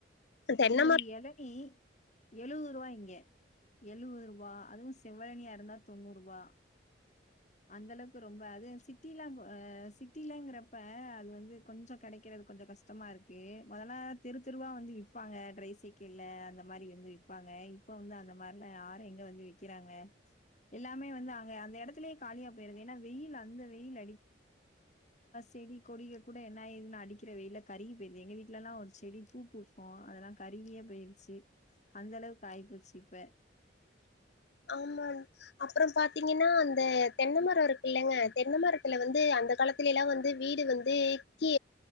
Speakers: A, on the left; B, on the left.
A: தென்ன
B: ஒரு
A: மரோ
B: இளநி எழுவது ரூபாய்ங்க எழுவது ரூபா அதுவும் செவ்வழினியா இருந்தா தொண்ணூறு ரூபாய அந்த அளவுக்கு ரொம்ப அது சிட்டிலாம் சிட்டிலங்கிறப்ப அது வந்து கொஞ்சம் கிடை இருக்கிறது கொஞ்சம் கஷ்டமா இருக்கு முதல்ல தெரு தெருவா வந்து விப்பாங்க ட்ரை சைக்கிள்ல அந்த மாதிரி வந்து விற்பாங்க இப்ப வந்து அந்த மாதிரில யார எங்க வந்து விற்கிறாங்க எல்லாமே வந்து அங்க அந்த இடத்துலயே காலியா போயடுது ஏன்னா வெயில் அந்த வெயில் செடி கொடிக கூட என்ன ஆயுதுன்னா அடிக்கிற வெயில கருக போயிருது எங்க வீட்டுல எல்லாம் ஒரு செடி பூ பூ அ அதெல்லாம் கருவியே போயிருச்சு அந்த அளவுக்கு ஆய் போச்சிப்ப
A: ஆமா அப்புறம் பாத்தீங்கன்னா அந்த தென்னைமரம் இருக்கு இல்லங்க தென்னைமரத்துல வந்து அந்த காலத்தில எல்லாம் வந்து வீடு வந்து கீ